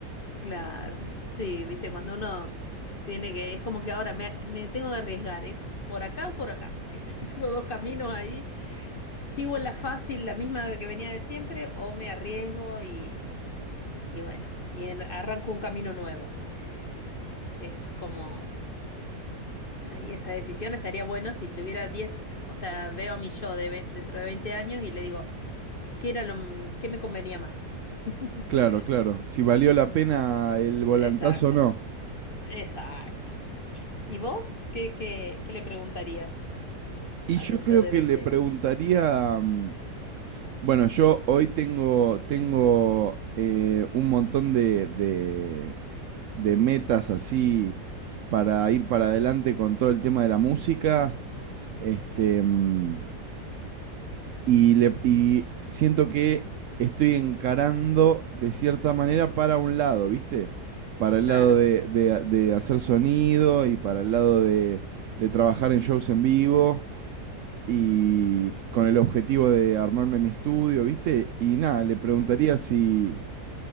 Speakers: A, on the left (about 45°); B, on the right (about 70°).
A: claro. Sí, viste, cuando uno tiene que, es como que ahora me, me tengo que arriesgar, es por acá o por acá. <laughs> Este, tengo dos caminos ahí. Sigo en la fácil, la misma que venía de siempre, o me arriesgo y, y bueno, y en- arranco un camino nuevo. Eh, es como, ahí esa decisión estaría bueno si tuviera 10 o sea, veo a mi yo de ve- dentro de 20 años y le digo, ¿Qué era lo que me convenía más? <laughs>
B: Claro, claro, si valió la pena el volantazo
A: Exacto,
B: o no.
A: exacto. ¿Y vos qué, qué, qué le preguntarías
B: Y
A: a
B: yo
A: tu yo
B: creo
A: de
B: que
A: 20
B: le preguntaría,
A: años?
B: mm, bueno, yo hoy tengo, tengo eh, un montón de, de, de metas así para ir para adelante con todo el tema de la música. Este, mm, y, le, y siento que estoy encarando de cierta manera para un lado, ¿viste? Para el
A: Claro.
B: lado de, de- de hacer sonido y para el lado de, de trabajar en shows en vivo y
A: ujú,
B: con el objetivo de armarme mi estudio, ¿viste? Y nada, le preguntaría
A: Sí.
B: si,